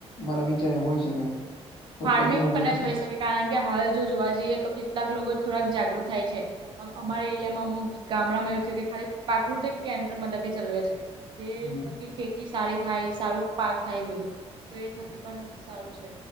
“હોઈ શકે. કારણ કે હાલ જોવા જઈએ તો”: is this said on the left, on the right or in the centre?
Right